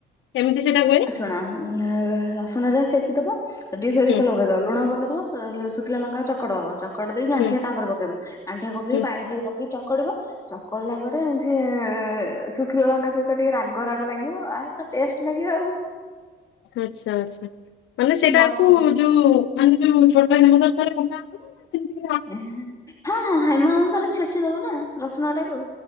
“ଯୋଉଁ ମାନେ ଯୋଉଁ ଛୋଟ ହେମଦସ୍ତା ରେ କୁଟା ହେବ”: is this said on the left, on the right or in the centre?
Left